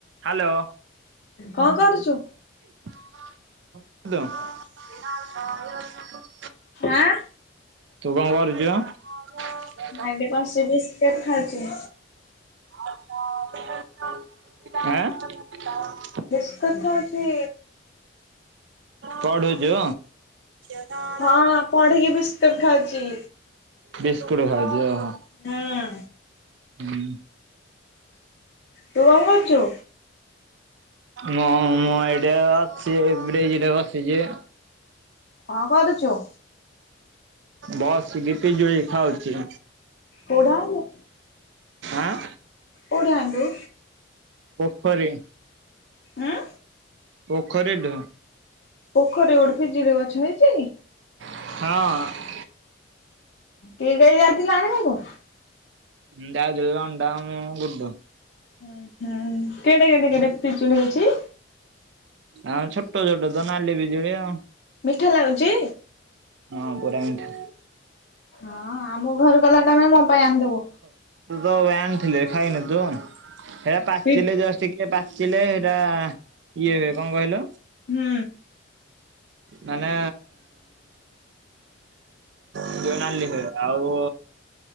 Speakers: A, on the right; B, on the left.
A: Hello.
B: କଣ କରୁଛୁ?
A: <unintelligible>
B: ଆଁ।
A: ତୁ କଣ କରୁଛୁ <inaudible>
B: ମୁଁ ଏଇଠି ବସି ମିକ୍ଶ୍ଚର ଖାଉଛି।
A: ଆଁ।
B: ବିସ୍କୁଟ ଖାଉଚି।
A: ପଢୁଛୁ? <inaudible>
B: ହଁ ପଢିକି ବିସ୍କୁଟ ଖାଉଛି।
A: ବିସ୍କୁଟ ଖାଉଚୁ ଓହୋ।
B: ହୁଁ
A: ହୁଁ।
B: ତୁ କଣ କରୁଛୁ?
A: ମୁଁ ମୁଁ ଏଇଟି ଅଛି ବ୍ରିଜ୍ ଟି ବସିଛି।
B: କଣ କରୁଛୁ?
A: ବସିକି ପିଜୁଳି ଖାଉଛି।
B: କୋଉଠୁ ଆଣିଲୁ?
A: ଆଁ।
B: କୋଉଠି ଆଣିଲୁ?
A: ପୋଖରୀ।
B: ଉଁ।
A: ପୋଖରୀ ଠୁ।
B: ପୋଖରୀ ଗୋଟେ ପିଜୁଳି ଗଛ ହେଇଛି?
A: ହଁ।
B: କିଏ ଯାଇ ଯାଇଥିଲା ଆଣିବାକୁ?
A: <unintelligible> ଅଣ୍ଡା ମୁଁ ଗୁଡ଼ୁ।
B: ଉଁ ହୁଁ କେଡେ କେଡେ କେଡେ ପିଜୁଳି ହେଇଛି?
A: ଆଁ ଛୋଟ ଛୋଟ ତ ନାଲି ପିଜୁଳି ଆଉ।
B: ମିଠା ଲାଗୁଛି?
A: ହଁ ପୁରା ମିଠା।
B: ହଁ ଆମ ଘରୁ ଗଲା ଟାଇମରେ ମୋ ପାଇଁ ଆଣିଦବୁ।
A: ତୋ ପାଇଁ ଆଣିଥିଲେ ଖାଇନି ତୁ? ହେଟା ପାଚିଲେ
B: ପି
A: ଜଷ୍ଟ ଟିକେ ପାଚିଲେ ହେଟା ଇଏ ହୁଏ କଣ କହିଲୁ।
B: ହୁଁ।
A: ମାନେ ସିଏ ନାଲି ହେଇଗଲା। ଆଉ